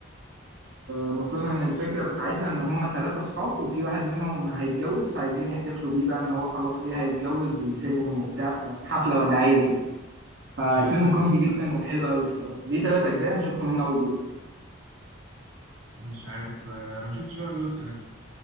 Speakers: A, on the right (about 55°); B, on the right (about 85°).
A: المفروض ان الفكره بتاعتها ان هم ثلاثه صحاب وفي واحد منهم هيتجوز فعايزين يحتفلوا بيه بقى ان هو خلاص ايه هيتجوز ويسيبهم وبتاع فحفله وداعيه كده فالفيلم
B: ايوه ايوه
A: كوميدي جدا وحلو قوي الصراحه ليه ثلاث اجزاء انا شفت منه اول جزء
B: مش عارف آه، انا ما شفتش ولا جزء منها